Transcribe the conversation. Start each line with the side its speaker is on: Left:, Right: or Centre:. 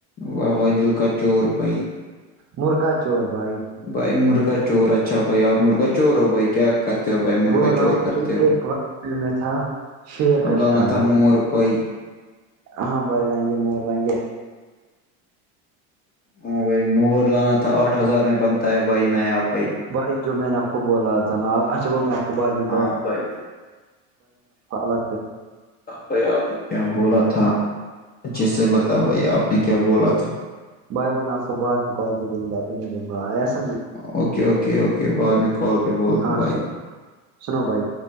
Left: و دل کچور پئی <unintelligible>
Right: مرغا چور بھائی
Left: بھائی مرغا چور اچھا بھائی اور مرغا چور ہو بھائی کیا کرتے ہو بھائی مرغا
Right: وہ راؤ
Left: چور
Right: بھائی
Left: کرتے ہو
Right: ایک وقت میں تھا شیر
Left: اب
Right: کا
Left: لانا
Right: شکاری
Left: تھا مور بئی <unintelligible>
Right: ہاں بر لے مور لنے
Left: ہاں بھائی مور لانا تھا آٹھ ہزار میں بنتا ہے بھائی نیا بھائی
Right: بھائی جو میں نے آپ کو بولا تھا نا اچھا وہ بعد میں
Left: ہاں بھائی
Right: الگ
Left: بھیا آپ نے کیا بولا تھا اچھے سے بتا بھیا آپ نے کیا بولا تھا
Right: بائی بو میں آ کو بعد میں کال پہ بولوں گا اب نہیں بول گا س
Left: اوکے اوکے اوکے بع میں کال پہ بولتا
Right: ہاں
Left: ہوں بھائی
Right: سنو سنو بھائی